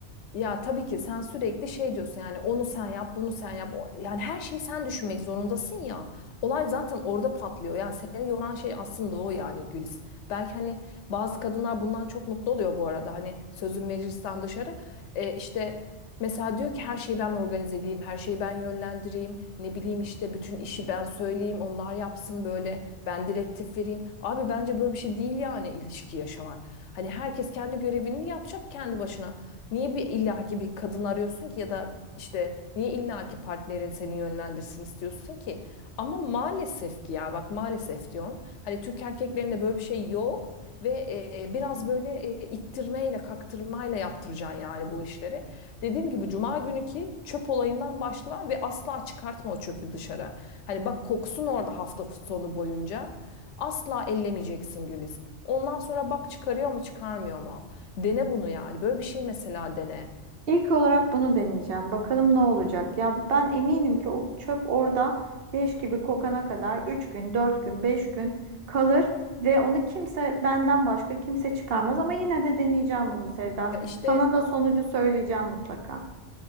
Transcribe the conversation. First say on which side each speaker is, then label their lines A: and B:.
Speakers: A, on the left (about 85°); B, on the right (about 60°).
A: Ya tabii ki sen sürekli şey diyorsun yani onu sen yap, bunu sen yap. O- Yani her şeyi sen düşünmek zorundasın ya. Olay zaten orada patlıyor. Yani seni yoran şey aslında o yani Gülis. Belki hani bazı kadınlar bundan çok mutlu oluyor bu arada. Hani sözün meclisten dışarı. E, işte mesela diyor ki her şeyi ben organize edeyim, her şeyi ben yönlendireyim. Ne bileyim işte bütün işi ben söyleyeyim, onlar yapsın böyle. Ben direktif vereyim. Abi bence böyle bir şey değil yani ilişki yaşamak. Hani herkes kendi görevini yapacak kendi başına. Niye bir illaki bir kadın arıyorsun ki ya da işte niye illaki partnerin seni yönlendirsin istiyorsun ki? Ama maalesef ki ya bak maalesef diyorum. Hani Türk erkeklerinde böyle bir şey yok ve e, e, biraz böyle e, ittirmeyle, kaktırmayla yaptıracaksın yani bu işleri. Dediğim gibi cuma günü ki çöp olayından başla ve asla çıkartma o çöpü dışarı. Hani bak koksun orada hafta sonu boyunca. Asla ellemeyeceksin Güliz. Ondan sonra bak çıkarıyor mu çıkarmıyor mu? Dene bunu yani. Böyle bir şey mesela dene.
B: İlk olarak bunu deneyeceğim. Bakalım ne olacak? Ya ben eminim ki o çöp orada leş gibi kokana kadar 3 gün, 4 gün, 5 gün kalır ve onu kimse benden başka kimse çıkarmaz ama yine de deneyeceğim bunu Sevda.
A: Ya işte
B: Sana da sonucu söyleyeceğim mutlaka.